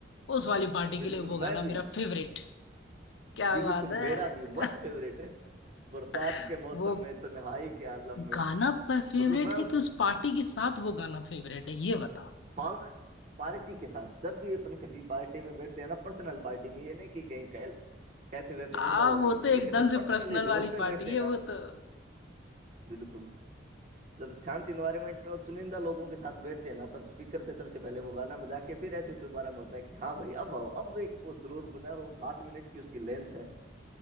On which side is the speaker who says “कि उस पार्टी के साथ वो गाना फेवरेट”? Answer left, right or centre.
Left